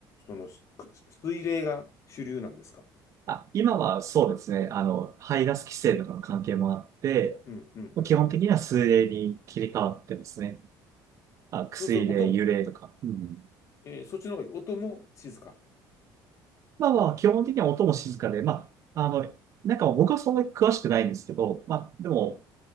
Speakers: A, on the left; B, on the right.
A: その、しく水冷が主流なんですか
B: あ、今はそうですね、あの、排ガス規制とかの関係もあって、
A: うん、うん、うん。
B: 基本的には数例に切り替わってますね。あ、薬例、
A: そうすると、音、
B: 油例とか。うん。
A: えーそっちの方が音も静か。
B: まあまあ、基本的には音も静かで、まあ、あの、なんか僕はそんなに詳しくないんですけど、まあ、でも、
A: うん、